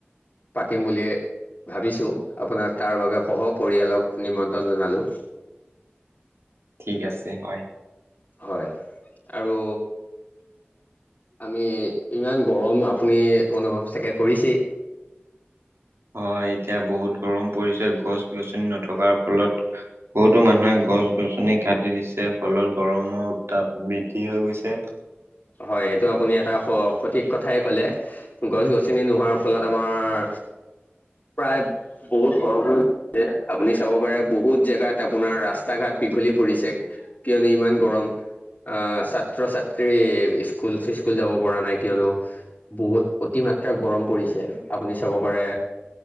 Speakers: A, on the left; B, on the right.
A: পাতিম বুলি ভাবিছো আপোনাৰ তাৰ বাবে সহ পৰিয়ালক নিমন্ত্ৰণ জনালো। <inaudible>
B: ঠিক আছে হয়।
A: হয় আৰু আমি, ইমান গৰম আপুনি অনুভৱ চাগে কৰিছে।
B: হয়, এতিয়া বহুত গৰম পৰিছে গছ গছনি নথকাৰ ফলত বহুতো মানুহে গছ গছনি কাটি দিছে ফলত গৰমৰ উত্তাপ বৃদ্ধি হৈ গৈছে।
A: হয়, এইটো আপুনি এটা সঠিক কথাই কলে, গছ গছনি নোহোৱাৰ ফলত আমাৰ। প্ৰায় বহুত <unintelligible> এ, আপুনি চাব পাৰে বহুত জেগাত আপোনাৰ ৰাস্তা ঘাট দীঘলি পৰিছে, কিয়নো ইমান গৰম। অ ছাত্ৰ ছাত্ৰী। স্কুল চস্কুল যাব পৰা নাই কিয়নো, বহুত অতিমাত্ৰা গৰম পৰিছে, আপুনি চাব পাৰে।